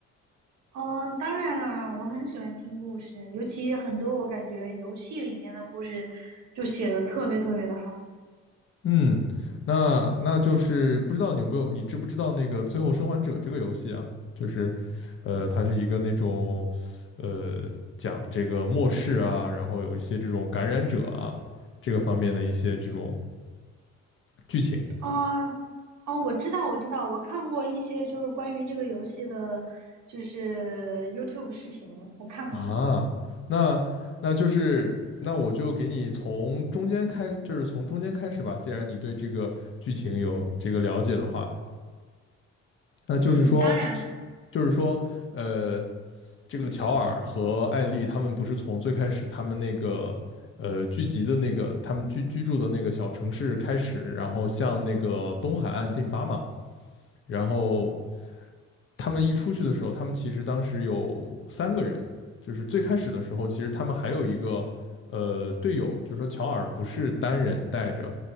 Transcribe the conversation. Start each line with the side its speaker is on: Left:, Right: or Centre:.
Right: 嗯、呃当然啦，我很喜欢听故事，尤其很多我感觉游戏里面的故事就写的特别特别的好
Left: 嗯，那那就是不知道你有没有，你知不知道那个《最后生还者》这个游戏啊？就是，呃，它是一个那种，呃，讲这个末世啊，然后有一些这种感染者啊，这个方面的一些这种剧情。
Right: 啊。哦，我知道，我知道，我看过一些就是关于这个游戏的，就是 YouTube 视频，我看过。
Left: 啊，那那就是那我就给你从中间开，就是从中间开始吧。既然你对这个剧情有这个了解的话，那就是说，
Right: 嗯，当然，
Left: 就是说，呃，这个乔尔和艾丽他们不是从最开始他们那个呃聚集的那个他们居居住的那个小城市开始，然后向那个东海岸进发嘛，然后。他们一出去的时候，他们其实当时有三个人，就是最开始的时候，其实他们还有一个呃队友，就说乔尔不是单人带着